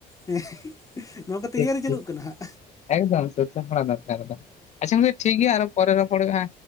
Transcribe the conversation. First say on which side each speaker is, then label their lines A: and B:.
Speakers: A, on the left; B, on the left.
A: ᱦᱮᱸ ᱱᱤᱭᱟᱠᱚ ᱛᱮᱭᱟᱨᱤ
B: ᱴᱷᱤᱠ
A: ᱪᱟᱹᱞᱩᱜ
B: ᱴᱷᱤᱠ
A: ᱠᱟᱱᱟ ᱦᱟᱸᱜ
B: ᱮᱠᱫᱚᱢ ᱥᱟᱹᱛ ᱵᱟᱲᱟ ᱫᱚᱨᱠᱟᱨ ᱜᱮ᱾ ᱟᱪᱪᱷᱟ ᱜᱚᱝᱠᱮ ᱴᱷᱤᱠ ᱜᱮᱭᱟ ᱟᱨᱦᱚ ᱯᱚᱨᱮ ᱨᱚᱯᱚᱲ ᱦᱩᱭᱩᱜ-ᱟ᱾